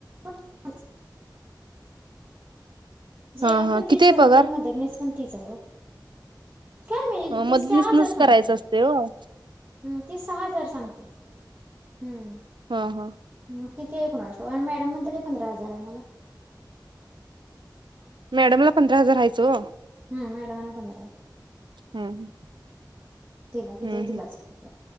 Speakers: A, on the right; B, on the right.
A: <unintelligible> जेवण
B: हा हा
A: पण तीच
B: किती आहे
A: बनवते
B: पगार
A: आणि मदरनीस पण तिचं हाय ओ. काय माहीत ती
B: मदतनीसनच
A: सहा हजार सांगत्या.
B: करायचं असते हो
A: हम्म ती सहा हजार सांगत्या हम्म.
B: हा हा
A: किती कुणास ठाऊक आणि मॅडम म्हणते ते पंधरा हजार आहे मला.
B: मॅडमला पंधरा हजार हायचं हो.
A: हम्म, मॅडम मला पंधरा हाय.
B: हम्म
A: तिला किती
B: ह, हम्म
A: आहे तिलाच
B: हम्म
A: सांग